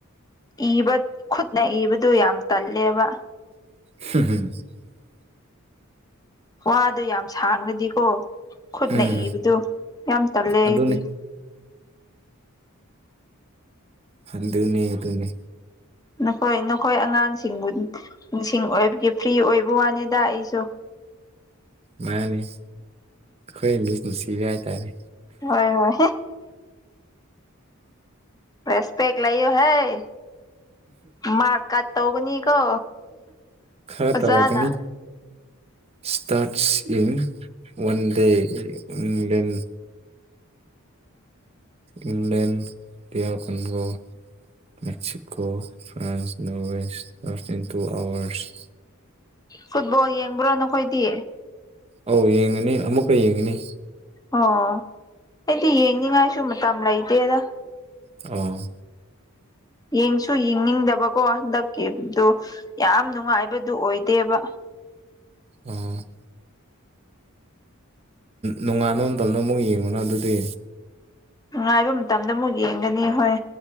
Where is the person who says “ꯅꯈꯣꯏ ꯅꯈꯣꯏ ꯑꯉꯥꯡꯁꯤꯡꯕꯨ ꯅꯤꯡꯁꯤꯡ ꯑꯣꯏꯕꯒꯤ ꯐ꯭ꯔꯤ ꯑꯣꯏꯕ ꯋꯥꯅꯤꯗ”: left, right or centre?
Left